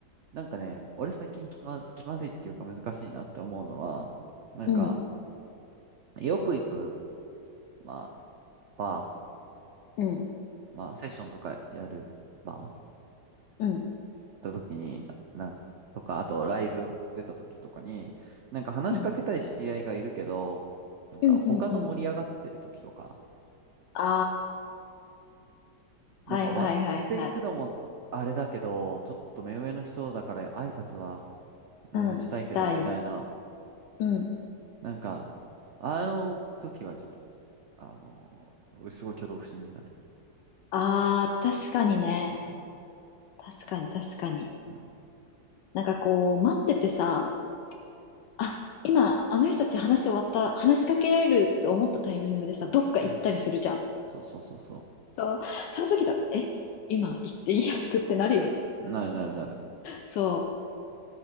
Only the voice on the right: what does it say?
なんかね、俺最近気まず、気まずいっていうか難しいなって思うのは、なんか、
よく行く、まあ、バ
ー、まあ、セッションとかやるバー
た時に、なんとか、あとライブ出た時とかに、なんか話しかけたい知り合いがいるけど、
なんか他と盛り上がってる時とか、
なんか割っていくのもあれだけど、
ちょっと目上の人だから挨拶は、うん、
したいけど、
みたいな、
なんか、あの時はちょっと、あの、すごい挙動不審になる。
うん、
うん、
うん。そうそうそうそ
う。なるなるなる。